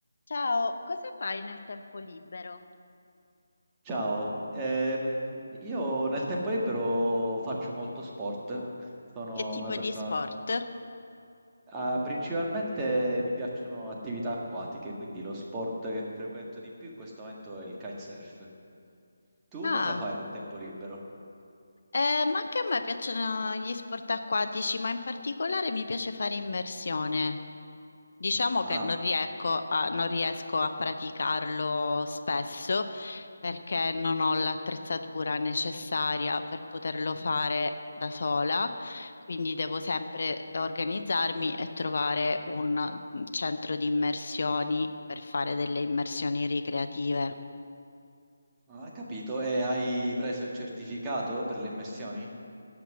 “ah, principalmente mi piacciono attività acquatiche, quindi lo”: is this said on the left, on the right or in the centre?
Right